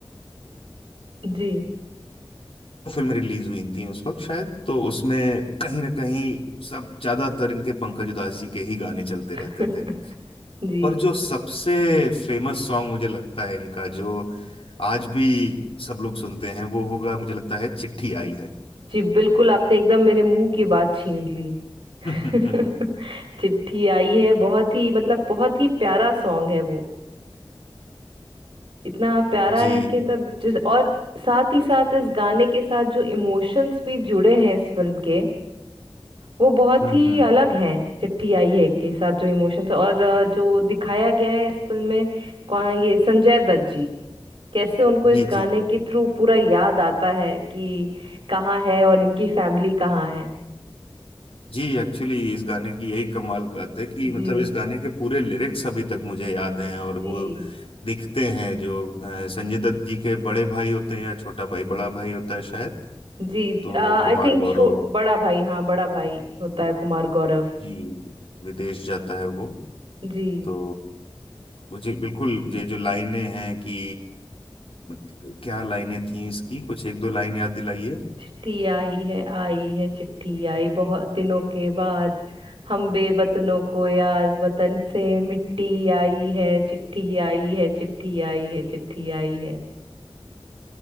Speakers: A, on the right (about 65°); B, on the left (about 75°).
A: जी
B: फिल्म रिलीज हुई थी उस वक्त शायद तो उसमें कहीं ना कहीं सब ज्यादातर इनके पंकज उधास जी के ही गाने चलते रहते
A: <laughs>
B: थे
A: जी
B: पर जो सबसे फेमस सॉन्ग मुझे लगता है इनका जो आज भी सब लोग सुनते हैं वो होगा मुझे लगता है चिट्ठी आई है <laughs>
A: जी बिल्कुल आपने एकदम मेरे मुंह की बात छीन ली
B: हम्म
A: <laughs> चिट्ठी आई है बहुत ही मतलब बहुत ही प्यारा सॉन्ग है वो इतना प्यारा
B: जी
A: है कि तब जिस और साथ ही साथ इस गाने के साथ जो इमोशंस भी जुड़े हैं इस फिल्म के वो बहुत
B: हम्म
A: ही
B: हम्म
A: अलग हैं चिट्ठी आई है के साथ जो इमोशंस और अ, जो दिखाया गया है इस फिल्म में कौन ये संजय दत्त जी कैसे उनको इस
B: जी
A: गाने
B: जी
A: के थ्रू पूरा याद आता है कि कहाँ है और इनकी फैमिली कहाँ है
B: जी एक्चुअली इस गाने की यही कमाल बात है कि मतलब
A: जी
B: इस गाने के पूरे लिरिक्स अभी तक मुझे याद हैं और
A: जी
B: वो दिखते हैं जो अ, संजय दत्त जी के बड़े भाई होते हैं या छोटा भाई बड़ा भाई होता है शायद
A: जी
B: तो
A: आई
B: कुमार
A: थिंक
B: गौरव
A: बड़ा भाई हाँ बड़ा भाई होता है कुमार गौरव
B: जी विदेश जाता है वो
A: जी
B: तो मुझे बिल्कुल ये जो लाइनें हैं कि मतलब क्या लाइनें थी इसकी कुछ एक दो लाइन याद दिलाइए
A: चिट्ठी आई है आई है चिट्ठी आई बहुत दिनों के बाद हम बेवतनों को यार वतन से मिट्टी आई है चिट्ठी आई है चिट्ठी आई है चिट्ठी आई है